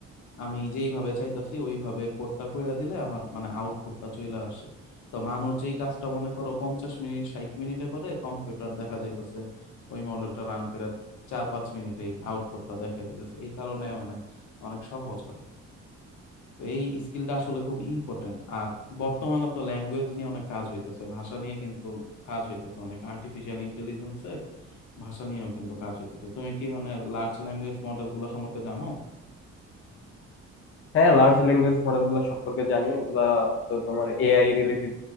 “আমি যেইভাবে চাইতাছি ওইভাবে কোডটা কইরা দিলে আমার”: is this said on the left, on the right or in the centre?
Left